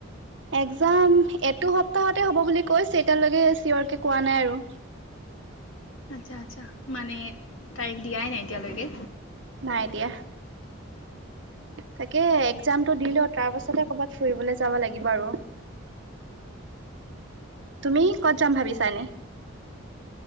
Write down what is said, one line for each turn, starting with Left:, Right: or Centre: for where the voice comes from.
Right: এক্সজাম এটো সপ্তাহতে হ'ব বুলি কৈছে এতিয়ালৈকে চিঞৰকে কোৱা নাই আৰু
Left: আচ্ছা আচ্ছা মানে তাৰিখ দিয়াই নাই এতিয়ালৈকে।
Right: নাই দিয়া। তাকে এক্সজামটো দিলও তাৰ পাছতে কৰ'বাত ফুৰিবলে যাব লাগিব আৰু তুমি ক'ত যাম ভাবিছা এনে।